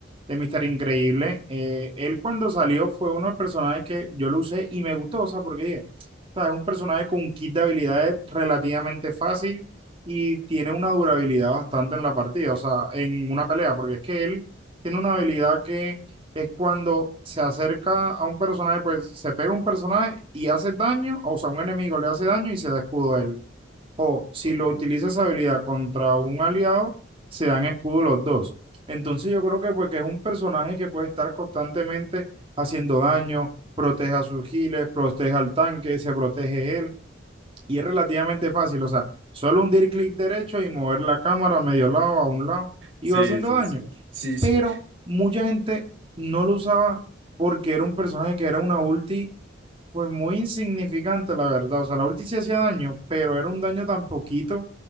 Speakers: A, on the right; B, on the right.
A: de Mister Increíble, eh, él cuando salió fue uno de los personajes que yo lo usé y me gustó, o sea, porque dije, o sea, es un personaje con un kit de habilidades relativamente fácil y tiene una durabilidad bastante en la partida, o sea, en una pelea, porque es que él tiene una habilidad que es cuando se acerca a un personaje, pues se pega a un personaje y hace daño, o sea, un enemigo le hace daño y se da escudo a él. O si
B: okay
A: lo utiliza esa habilidad contra un aliado, se dan escudo los dos. Entonces yo creo que pues que es un personaje que puede estar constantemente haciendo daño, protege a sus giles, protege al tanque, se protege él y es relativamente fácil, o sea, solo hundir clic derecho y mover la cámara a medio lado, a un lado y
B: Sí,
A: va haciendo
B: sí,
A: daño
B: sí. Sí, sí.
A: pero mucha gente no lo usaba porque era un personaje que era una ulti, pues muy insignificante, la verdad. O sea, la ulti sí hacía daño, pero era un daño tan poquito